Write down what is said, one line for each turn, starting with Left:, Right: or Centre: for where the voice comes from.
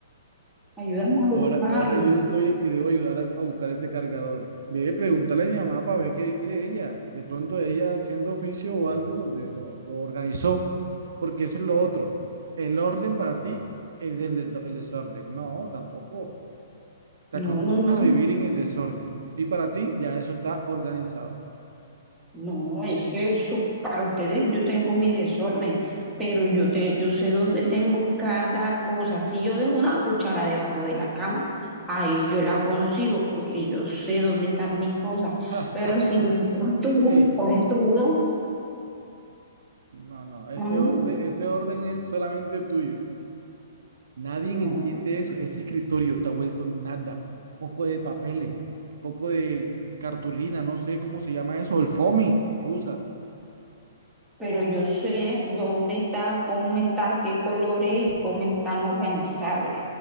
Centre: Ayúdame a
Right: Ahora,
Centre: buscarlo.
Right: ahora yo soy el que debo ayudar a, a buscar ese cargador. Ve, pregúntale a mi mamá para ver qué dice ella. De pronto ella haciendo oficio o algo lo, de- lo, lo organizó. Porque eso es lo otro. El orden para ti es el, de- el desorden. No, tampoco. Te
Centre: No,
Right: acostumbras
Centre: no, no.
Right: a vivir en el desorden. Y para ti ya eso está organizado. <laughs>
Centre: No, es que eso, para ustedes yo tengo mi desorden, pero yo, te, yo sé dónde tengo cada cosa. Si yo dejo una cuchara debajo de la cama, ahí yo la consigo porque yo sé dónde están mis cosas.
Right: Ja,
Centre: Pero
Right: ja,
Centre: si
Right: ja.
Centre: las tú
Right: Sí,
Centre: y coges todo,
Right: No, no, ese
Centre: mm,
Right: orden, ese orden es solamente tuyo. Nadie
Centre: no.
Right: entiende eso. Ese escritorio está vuelto nada. Poco de papeles, poco de cartulina, no sé cómo se llama eso, el foamy, lo que usas.
Centre: pero yo sé dónde está, cómo está, qué colores y cómo están organizados.